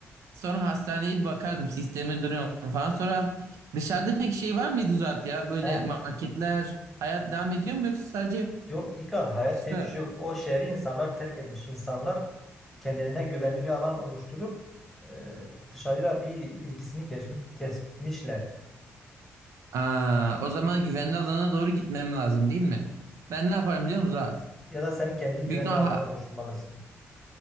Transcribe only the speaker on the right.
Sonra hastaneye bir bakardım sisteme duruyor mu falan. Sonra dışarıda pek şey var mıydı Zuhat ya? Böyle
marketler hayat devam ediyor mu yoksa sadece
kısa
Aa, o zaman güvenli alana doğru gitmem lazım değil mi? Ben ne yaparım biliyor musun Zuhat?
Büyük ihtimal
ha-